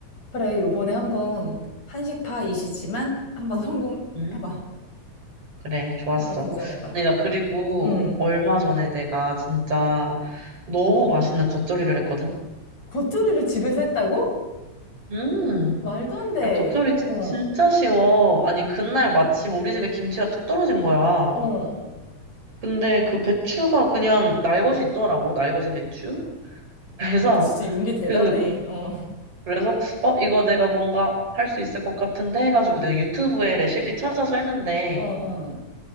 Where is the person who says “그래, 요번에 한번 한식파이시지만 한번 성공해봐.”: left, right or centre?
Left